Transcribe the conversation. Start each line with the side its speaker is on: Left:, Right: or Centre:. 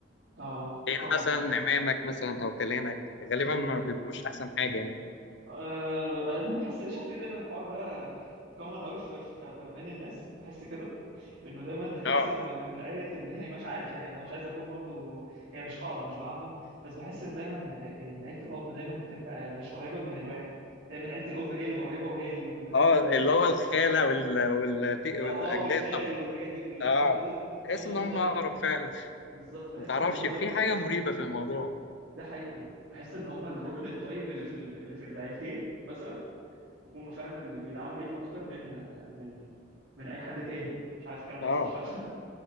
Right: اه
Left: غير
Right: طبعا
Left: مثلا عمامك مثلا أو خلانك غالبا
Right: امم
Left: ما بيبقوش أحسن حاجة يعني
Right: أه أنا بحس شايف ليه دايما الحوار ده كومن قوي في في- في- بين الناس بحس كده انه دايما بتحس
Left: اه
Right: انه ال- عيله ال... يعني مش عارف يعني انا مش عايز اكون برضو هي مش قاعده مش بعمم بس بحس ان دايما ع- يعني عيله الاب دايما بتبقى مش قريبه من الواحد دايما عيله الام هي اللي قريبه وهي ال... ال...
Left: اه
Right: ال...
Left: اللي هو الخالة وال... وال... والأجداد
Right: اه آه، والخال
Left: طبعا
Right: والحاجات دي كلها
Left: اه
Right: هم دول
Left: تحس
Right: هم
Left: ان
Right: دول
Left: هم
Right: دايما
Left: اقرب فعلا
Right: بالظبط بحس
Left: ما تعرفش
Right: ان هم دول
Left: في حاجه مريبه في الموضوع
Right: ده حقيقي بحس ان هم الركن الطيب اللي في ال... اللي في العيلتين مثلا هم فعلا اللي بيدعموا ليك اكتر من من من اي حد تاني مش عارف الكلام ده
Left: اه
Right: صح ولا لا